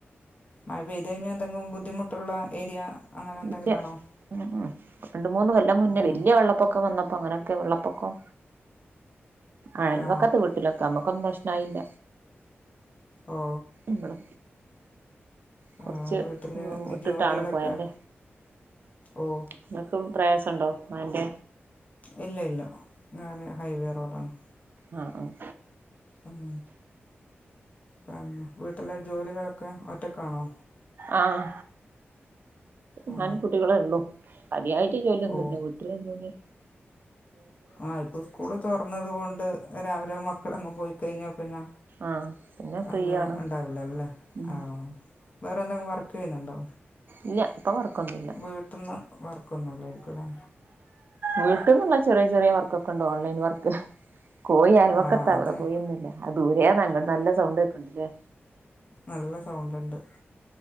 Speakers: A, on the left (about 35°); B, on the right (about 50°).
A: മഴ പെയ്ത കഴിഞ്ഞാൽ എന്തെങ്കിലും ബുദ്ധിമുട്ടുള്ള ഏരിയ അങ്ങനെ എന്തെങ്കിലും
B: ഇല്ല
A: ആണോ
B: ഉം ഉം രണ്ട് മൂന്ന് കൊല്ലം മുന്നേ
A: ആ
B: വലിയ വെള്ളപ്പൊക്കം വന്നപ്പോ അങ്ങനെയൊക്കെ വെള്ളപ്പൊക്കം അയൽവക്കത്തെ
A: ആ
B: വീട്ടിലൊക്കെ നമ്മക്കൊന്നും പ്രശ്നയില്ല
A: ഓ
B: ഇവിടെ കുറച്ച്
A: ആ വീട്ടിൽ
B: വിട്ടിട്ടാണ്
A: ജോലികളൊക്കെ
B: പൊയന്റെ
A: ഓ
B: നിങ്ങക്ക് പ്രയാസ ണ്ടോ മഴന്റെ
A: ഇല്ല ഇല്ല ഞാന് ഹൈവേ റോഡാണ്
B: ആഹ് ആഹ്
A: ഉം പിന്നെ വീട്ടിലെ ജോലികളൊക്കെ ഒറ്റക്കാണോ
B: ആഹ്
A: ആ
B: ഞാനും കുട്ടികളെ ഉള്ളു പടിയായിട്ട് ജോലിയൊന്നുല്ല
A: ഓ
B: വീട്ടില്ങ്ങനെ
A: ആഹ് ഇപ്പൊ സ്കൂള് തുറന്നത് കൊണ്ട് രാവിലെ മക്കളങ്ങ് പോയിക്കഴിഞ്ഞാ പിന്നെ
B: ആഹ് പിന്നെ ഫ്രീയാണ്
A: അങ്ങ് ഉണ്ടാവില്ലല്ലോ അല്ലേ
B: ഉം.
A: ആ വേറെ എന്തെങ്കിലും വർക്ക് ചെയ്യുന്നുണ്ടോ?
B: ഇല്ല ഇപ്പൊ വർക്കൊന്നുല്ല
A: വീട്ട്ന്ന് വർക്കൊന്നുംല്ലായിരിക്കുംല്ലേ?
B: വീട്ടാന്ന്ള്ളെ ചെറിയ ചെറിയ വർക്കൊക്കെണ്ട് ഓൺലൈൻ വർക്ക് കോഴി അയൽവക്കത്താ
A: ആ അതന്നെ
B: ഇവിടെ കോഴിയൊന്നൂല്ല. അത് ദൂരെയാന്ന് അങട്ട് നല്ല സൗണ്ട് കേക്ക്ണ്ട് ല്ലേ...
A: നല്ല സൗണ്ട്ണ്ട്.